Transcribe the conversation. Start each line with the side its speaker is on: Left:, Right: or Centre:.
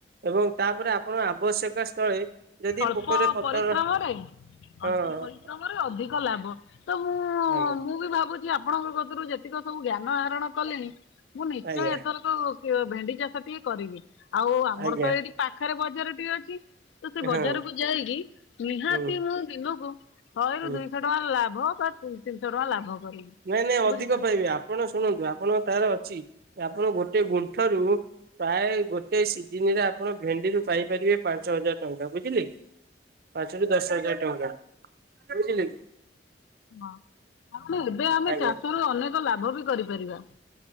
Right: ଏବଂ ତାପରେ ଆପଣ ଆବଶ୍ୟକ ସ୍ଥଳେ ଯଦି
Left: ଅଳ୍ପ
Right: ପୋକରେ ପତର
Left: ପରିଶ୍ରମରେ ଅଳ୍ପ
Right: ହଁ
Left: ପରିଶ୍ରମରେ ଅଧିକ ଲାଭ, ତ ମୁଁ
Right: ଆଜ୍ଞା।
Left: ମୁଁ ବି ଭାବୁଛି ଆପଣଙ୍କ କତୁରୁ ଯେତିକ ସବୁ ଜ୍ଞାନ ଆହରଣ କଲିଣି ମୁଁ ନିଶ୍ଚୟ
Right: ଆଜ୍ଞା
Left: ଏଥର ହଁ ହଉ କିଅ ଭେଣ୍ଡି ଚାଷ ଟିକେ କରିବି। ଆଉ ଆମର
Right: ଆଜ୍ଞା
Left: ତ ଏଇଠି ପାଖରେ ବଜାର ଟି ଅଛି। ତ ସେ ବଜାରକୁ
Right: ହଁ
Left: ଯାଇକି ନିହାତି
Right: ହୁଁ
Left: ମୁଁ ଦିନକୁ ଶହେ
Right: ହୁଁ
Left: ରୁ ଦୁଇ ଶହ ଟଙ୍କା ଲାଭ ବା ତିନ ତିନିଶହ ଟଙ୍କା ଲାଭ କରିବି।
Right: ନାଇଁ ନାଇଁ ଅଧିକ
Left: ବୁଝିଛନ୍ତି
Right: ପାଇବା। ଆପଣ ଶୁଣନ୍ତୁ ଆପଣ ତାର ଅଛି, ଆପଣ ଗୋଟେ ଗୁଣ୍ଠରୁ ପ୍ରାୟ ଗୋଟେ ସି <unintelligible> ଆପଣ ଭେଣ୍ଡିରୁୁ ପାଇପାରିବେ ପାଞ୍ଚ ହଜାର ଟଙ୍କା ବୁଝିଲେ କି, <inaudible> ପାଞ୍ଚ ରୁ ଦଶ ହଜାର ଟଙ୍କା ବୁଝିଲେ କି?
Left: <unintelligible> ଏବେ ଆମେ
Right: ଆଜ୍ଞା
Left: ଚାଷରୁ ଅନେକ ଲାଭ ବି କରିପାରିବା।